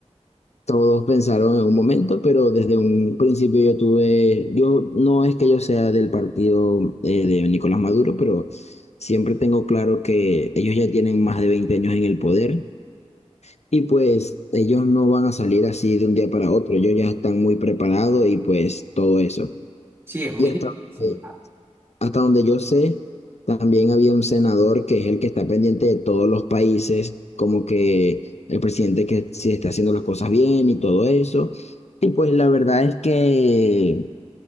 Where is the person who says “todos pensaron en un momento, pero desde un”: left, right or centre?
Left